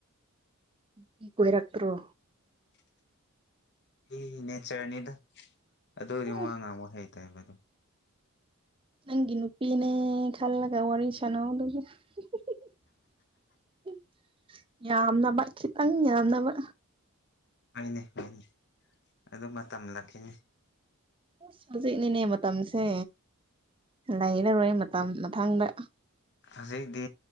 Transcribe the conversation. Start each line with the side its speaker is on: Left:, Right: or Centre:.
Right: ꯃꯤ ꯀꯣꯏꯔꯛꯇ꯭ꯔꯣ
Left: <unintelligible> ꯃꯤꯒꯤ ꯅꯦꯆꯔꯅꯤꯗ ꯑꯗꯨꯗꯤ
Right: ꯎꯝ
Left: ꯋꯥꯉꯥꯡꯕ ꯍꯩꯇꯦꯕ ꯑꯗꯨꯝ
Right: ꯅꯪꯒꯤ ꯅꯨꯄꯤꯅꯦ ꯈꯜꯂꯒ ꯋꯥꯔꯤ ꯁꯥꯅꯧꯗꯨꯗꯤ <unintelligible> ꯌꯥꯝꯅꯕ ꯈꯤꯇꯪ ꯌꯥꯝꯅꯕ
Left: ꯍꯅꯦ ꯍꯅꯦ ꯑꯗꯨ ꯃꯇꯝ ꯂꯥꯛꯈꯤꯅꯦ
Right: ꯑꯁ ꯍꯧꯖꯤꯛꯅꯤꯅꯦ ꯃꯇꯝꯁꯦ ꯂꯩꯔꯔꯣꯏ ꯃꯇꯝ ꯃꯊꯪꯗ
Left: ꯍꯧꯖꯤꯛꯗꯤ